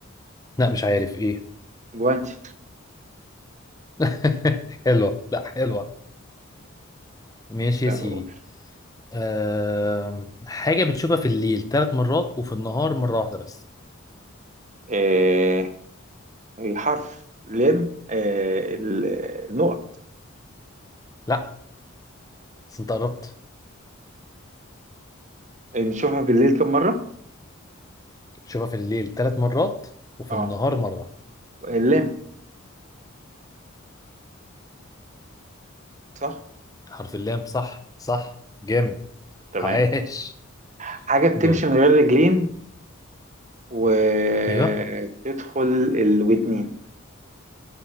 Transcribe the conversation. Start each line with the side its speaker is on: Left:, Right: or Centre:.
Left: لا مش عارف إيه
Right: <laughs> جوانتي
Left: <laughs> حلوة لا حلوة ماشي
Right: طب
Left: يا سيدي
Right: قول.
Left: أم... حاجة بتشوفها في الليل ثلاث مرات وفي النهار مرة واحدة بس
Right: إيه هي حرف لام إيه ال- النقط
Left: لا بس أنت قربت
Right: إيه بنشوفها بالليل كم مرة
Left: بتشوفها في الليل ثلاث مرات وفي
Right: اه
Left: النهار مرة
Right: اللام صح
Left: حرف اللام صح صح جامد
Right: تمام
Left: عاش
Right: حاجة بتمشي
Left: دورك
Right: من غير رجلين وبتدخل
Left: أيوه
Right: الودنين